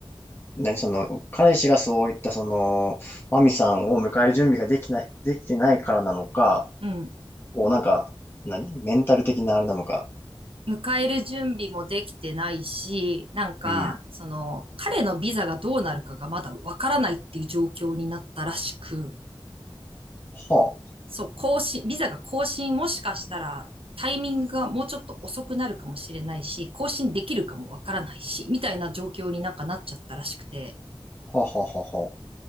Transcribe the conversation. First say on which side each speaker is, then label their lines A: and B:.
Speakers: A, on the left; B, on the right.
A: 何その、彼氏がそういった、その、マミさんを迎える準備ができない、できてないからなのか、
B: うん。
A: こう、なんか、何メンタル的なあれなのか。
B: 迎える準備もできてないし、なんか、
A: うん。は
B: その、彼のビザがどうなるかがまだわからないっていう状況になったらしく、
A: あ、は
B: そう、更新、ビザが更新もしかしたらタイミングがもうちょっと遅くなるかもしれないし、更新できるかもわからないし、みたいな状況になんかなっちゃったらしくて、
A: あ、はあ、はあ、は